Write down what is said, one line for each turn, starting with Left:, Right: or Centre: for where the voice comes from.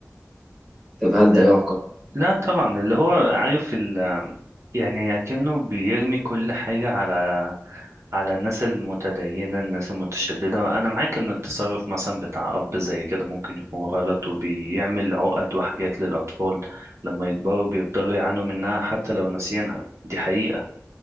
Centre: طب هل
Right: ده
Centre: ده يعقل
Right: لا طبعا اللي هو عارف ال... يعني اكنه بيرمي كل حاجة على على الناس المتدينة الناس المتشددة أنا معاك إن التصرف مثلا بتاع أب زي كده ممكن يكون غلط وبيعمل عقد وحاجات للأطفال لما يكبروا بيفضلوا يعانوا منها حتى لو ناسيينها دي حقيقة